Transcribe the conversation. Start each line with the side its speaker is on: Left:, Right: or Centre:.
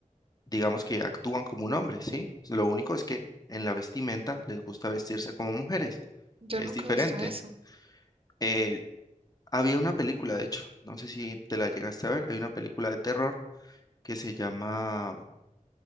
Left: digamos que actúan como un hombre, ¿sí? Lo único es que en la vestimenta les gusta vestirse como mujeres,
Right: Yo
Left: es
Right: nunca
Left: diferente.
Right: he visto eso.
Left: Eh, había una película, de hecho, no sé si te la llegaste a ver, hay una película de terror que se llama...